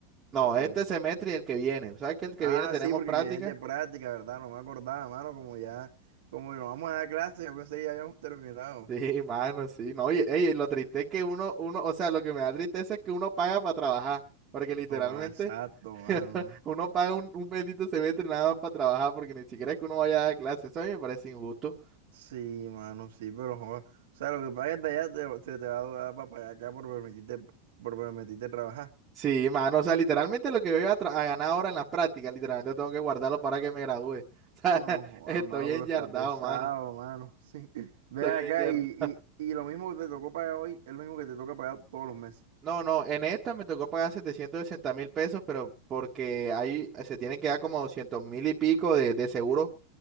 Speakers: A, on the right; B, on the right.
A: No,
B: ¿o cómo?
A: este semestre y el que viene. ¿Sabes que el que
B: Ah,
A: viene tenemos
B: sí, porque
A: práctica?
B: es de práctica, ¿verdad? No me acordaba, mano, como ya, como no vamos a dar clases, yo pensé que ya habíamos terminado.
A: <laughs> Sí, mano, sí. No, oye, ey, lo triste es que uno, uno, o sea, lo que me da tristeza es que uno paga para trabajar. Porque literalmente
B: No, exacto,
A: <laughs>
B: mano.
A: uno paga un, un bendito semestre nada más para trabajar, porque ni siquiera es que uno vaya a dar clases. Eso a mí me parece injusto.
B: Sí, mano, sí, pero, jo- o sea, lo que pagues de allá te, te, te va a dar para pagar acá por permitirte, por permitirte trabajar.
A: Sí, mano, o sea, literalmente lo que voy a, tra- a ganar ahora en las prácticas, literalmente tengo que guardarlo para que me gradúe. <laughs> O sea,
B: No, joda,
A: estoy
B: mano,
A: enyardado,
B: pero está pesado,
A: mano.
B: mano, <laughs> sí. Ven
A: Estoy
B: acá
A: enyardado.
B: y, y, y lo mismo que te tocó pagar hoy es lo mismo que te toca pagar todos los meses.
A: No, no, en esta me tocó pagar setecientos sesenta mil pesos, pero porque ahí se tienen que dar como doscientos mil y pico de, de seguro